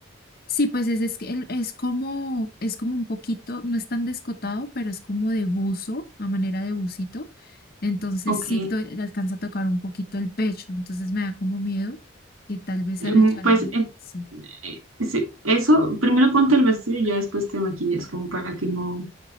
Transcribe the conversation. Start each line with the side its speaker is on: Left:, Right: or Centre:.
Left: Sí, pues es, es, que el- es como, es como un poquito, no es tan descotado, pero es como de buzo, a manera de bucito. Entonces
Right: Ok,
Left: sí to- alcanza a tocar un poquito el pecho. Entonces me da como miedo que tal vez
Right: em,
Left: al echarme,
Right: pues eh,
Left: sí.
Right: eh, sí, eso, primero ponte el vestido y ya después te maquillas como para que no,